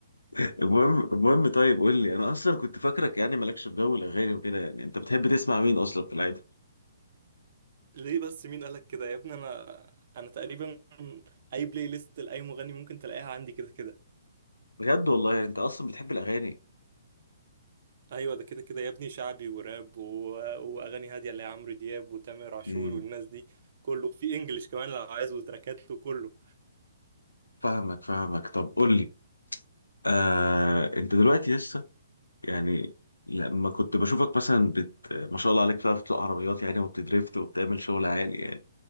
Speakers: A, on the left; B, on the right.
A: المهم المهم طيب قول لي انا اصلا كنت فاكرك يعني مالكش في جو الاغاني وكده يعني انت بتحب تسمع مين اصلا في العادي
B: ليه بس مين قالك كده يا ابني انا انا تقريبا اي بلاي ليست لاي مغني ممكن تلاقيها عندي كده كده
A: بجد والله يعني انت اصلا بتحب الاغاني
B: ايوه ده كده كده يا ابني شعبي وراب و... واغاني هاديه اللي هي عمرو دياب وتامر عاشور
A: امم
B: والناس دي كله في انجلش كمان لو عايز وتراكات وكله
A: فاهمك فاهمك طب قول لي آه انت دلوقتي لسه يعني لما كنت بشوفك مثلا بت... ما شاء الله عليك بتعرف تسوق عربيات يعني وبتدريفت وبتعمل شغل عالي يعني